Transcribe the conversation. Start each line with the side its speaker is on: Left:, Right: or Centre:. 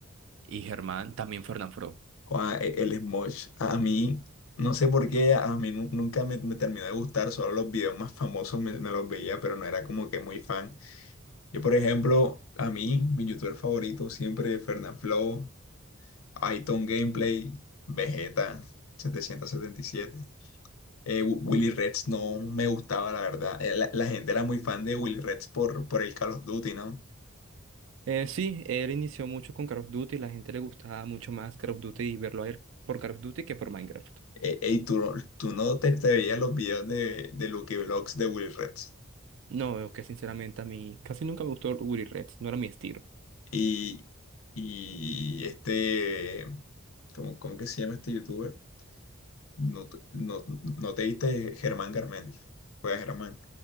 Right: y Germán también Fernán Fro.
Left: Guau, e- el Smosh, a mí, no sé por qué, a mí nu- nunca me, me terminó de gustar, solo los videos más famosos me, me los veía, pero no era como que muy fan. Yo, por ejemplo, a mí, mi youtuber favorito siempre Fernanfloo, Aiton Gameplay, Vegeta 777. Eh, Wi- Willy Reds no me gustaba, la verdad. Eh, La, la gente era muy fan de Willy Reds por, por el Call of Duty, ¿no?
Right: Eh, sí, él inició mucho con Call of Duty, la gente le gustaba mucho más Call of Duty y verlo a él por Call of Duty que por Minecraft.
Left: Eh, ey, tú, no- tú no te, te veías los videos de, de Lucky vlogs de Willy Reds.
Right: No, veo que sinceramente a mí casi nunca me gustó Uri Red, no era mi estilo.
Left: Y, y este, ¿cómo, cómo que se llama este youtuber? No, te- no, no te viste Germán Garmendia. Juega Germán.